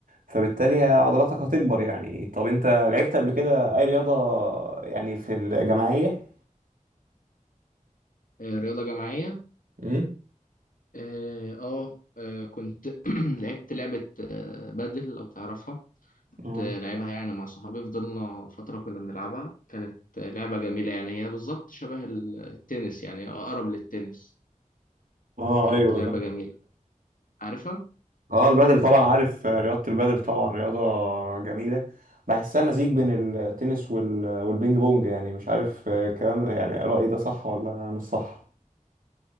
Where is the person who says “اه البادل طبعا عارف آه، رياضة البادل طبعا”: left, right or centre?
Right